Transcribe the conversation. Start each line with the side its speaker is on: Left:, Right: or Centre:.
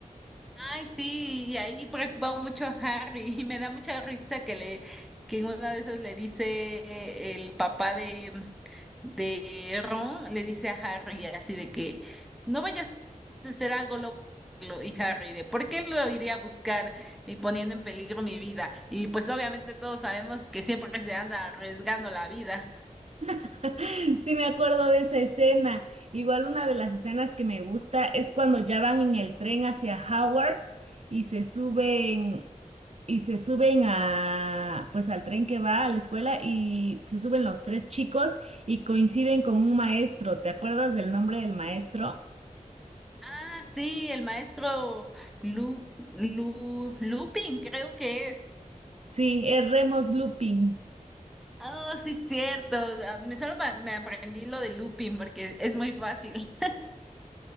Centre: Ay, sí, y ahí preocupa mucho a Harry y me da mucha risa que le que en una de esas le dice eh, el papá de de Ron le dice a Harry así de que no vayas a hacer algo loco y Harry de ¿por qué lo iría a buscar y poniendo en peligro mi vida? Y pues obviamente todos sabemos que siempre se anda arriesgando la vida.
Right: <laughs> Sí, me acuerdo de esa escena. Igual una de las escenas que me gusta es cuando ya van en el tren hacia Howard's y se suben y se suben a pues al tren que va a la escuela y se suben los tres chicos y coinciden con un maestro. ¿Te acuerdas del nombre del maestro?
Centre: Ah, sí, el maestro Lu, Lu, Lupin creo que es.
Right: Sí, es Remus Lupin.
Centre: Oh, sí, es cierto. Ah, Me, solo me, me aprendí lo de looping porque es muy fácil. <laughs>